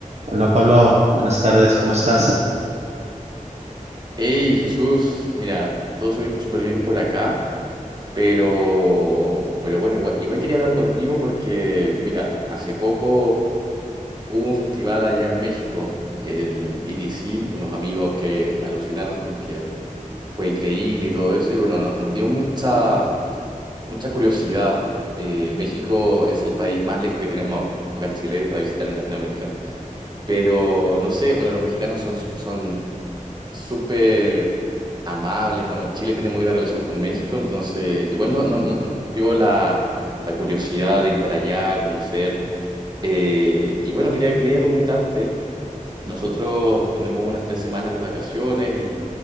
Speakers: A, on the right (about 55°); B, on the right (about 30°).
A: Hola Pablo, buenas tardes, ¿cómo estás?
B: Hey Jesús, mira, todo su- súper bien por acá, pero, pero bueno, igual, igual quería hablar contigo porque, mira, hace poco hubo un festival allá en México, el EDC, unos amigos que alucinaron con que fue increíble y todo eso, y bueno, no- nos dio mucha, mucha curiosidad. Eh, México es el país más lejos que tenemos acá en Chile para visitar en Latinoamérica, pero no sé, bueno, los mexicanos son, son súper amables. Bueno, Chile tiene muy buena relación con México, entonces igual no, no, no- nos nació la, la curiosidad de ir para allá, conocer. Eh, y bueno, quería, quería preguntarte, nosotros tenemos unas tres semanas de vacaciones y,